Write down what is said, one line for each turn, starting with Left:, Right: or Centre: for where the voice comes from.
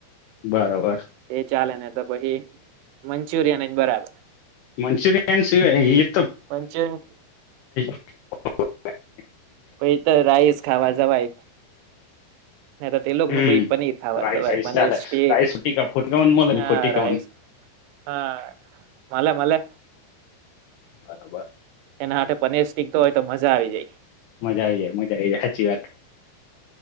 Left: બરોબર
Right: એ ચાલે ને, તો પછી મંચુરિયન જ બરાબર
Left: મંચુરિયન સિવાય એ ઈર
Right: મંચુરિન.
Left: ઓ <unintelligible>
Right: પઈ તો રાઈસ ખાવા જવાય. ને તો તે લોકોનું
Left: હમ
Right: કોઈ પનીર ખાવા
Left: રાઈસ
Right: જવાય
Left: રાઈસ
Right: પનીર
Left: ચાલે
Right: સ્ટીક,
Left: રાઈસ ફોટી ફોટીવન મળે ને
Right: હા
Left: ફોટીવન
Right: રાઈસ, હા. મલે, મલે.
Left: બરાબર.
Right: એનાથે પનીર સીકતો હોય, તો મજા. આવી જાય.
Left: મજા આવી જાય, મજા આવી જાય, સાચી વાત.